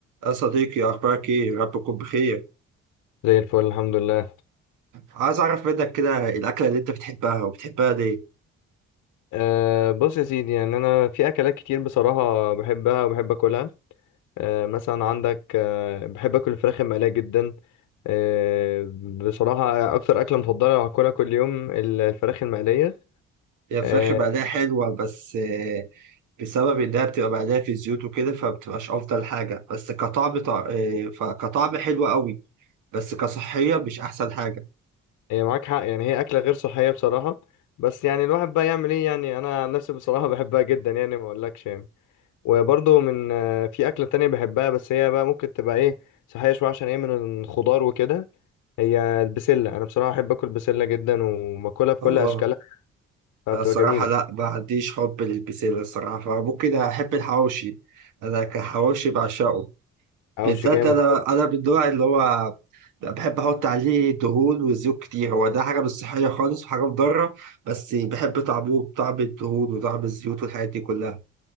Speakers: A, on the right; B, on the left.
A: يا صديقي أخبارك إيه؟ رب يكون بخير،
B: زي الفل الحمد لله
A: عايز أعرف منك كده الأكلة اللي أنت بتحبها وبتحبها ليه؟
B: أه بص يا سيدي يعني انا في اكلات كتير بصراحه بحبها وبحب اكلها أه مثلا عندك أه بحب اكل الفراخ المقليه جدا أه بصراحه اكتر اكله مفضله لو هاكلها كل يوم ال- الفراخ المقليه
A: هي الفراخ
B: أه
A: بعدها حلوة بس آه، بسبب إنها بتبقى بعدها في زيوت وكده فبتبقاش أفضل حاجة، بس كطعم طع... آه، فكطعم حلو قوي، بس كصحية مش أحسن حاجة.
B: هي معاك حق يعني هي اكله غير صحيه بصراحه بس يعني الواحد بقى يعمل ايه يعني انا عن نفسي بصراحه بحبها جدا يعني ما اقولكش يعني وبرضه من أه في اكله تانية بحبها بس هي بقى ممكن تبقى ايه صحيه شويه عشان هي من الخضار وكده هي البسلة أنا بصراحة بحب آكل بسلة جدا وباكلها بكل
A: آه
B: أشكالها فبتبقى
A: أنا الصراحة
B: جميلة
A: لأ ما عنديش حب للبسلة الصراحة، فممكن أحب الحواوشي، أنا كحواوشي بعشقه،
B: حواوشي
A: بالذات
B: جامد
A: أنا
B: طب.
A: أنا من النوع اللي هو لا بحب احط عليه دهون وزيوت كتير هو ده حاجه مش صحيه خالص وحاجه مضره بس بحب طعمه بطعم الدهون وطعم الزيوت والحاجات دي كلها